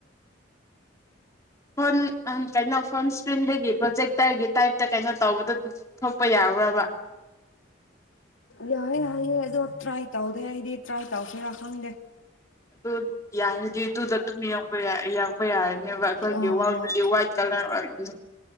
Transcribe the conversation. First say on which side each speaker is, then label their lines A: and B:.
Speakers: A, on the left; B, on the left.
A: ꯐꯣꯟ ꯑ ꯀꯩꯅꯣ ꯐꯣꯟ ꯏꯁꯀ꯭ꯔꯤꯟꯗꯒꯤ ꯄ꯭ꯔꯣꯖꯦꯛꯇꯔꯒꯤ ꯇꯥꯏꯞꯇ ꯀꯩꯅꯣ ꯇꯧꯕꯗꯣ ꯊꯣꯛꯄ ꯌꯥ꯭ꯕ꯭ꯔꯥꯕ
B: ꯌꯥꯏꯑꯦ ꯌꯥꯏꯑꯦ ꯑꯗꯣ ꯇ꯭ꯔꯥꯏ ꯇꯧꯗꯦ ꯑꯩꯗꯤ ꯇ꯭ꯔꯥꯏ ꯇꯧꯁꯤꯦꯔꯥ ꯈꯪꯗꯦ
A: ꯑꯗꯨ ꯌꯥꯔꯗꯤꯗꯨꯗ ꯑꯗꯨ ꯕ ꯌꯥ ꯑꯩ ꯌꯥꯎꯕ ꯌꯥꯏ ꯖꯤꯅꯦꯕ ꯑꯩꯈꯣꯏꯒꯤ
B: ꯑꯣ
A: ꯋꯥꯜꯗꯨꯗꯤ ꯋꯥꯏꯠ ꯀꯂꯔ ꯑꯣꯏꯕꯅꯦ